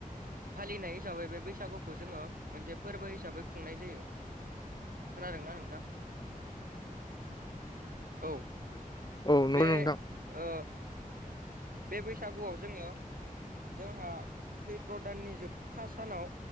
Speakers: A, on the right; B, on the left.
A: फालिनाय हिसाबै बे बैसागुखौ जोङो मोनसे फोरबो हिसाबै खुंनाय जायो खोनादोंना नोंथां औ
B: औ नंगौ
A: बे
B: नोंथां
A: ओ बे बैसागुआव जोङो जोंहा सैत्र' दाननि जोबथा सानाव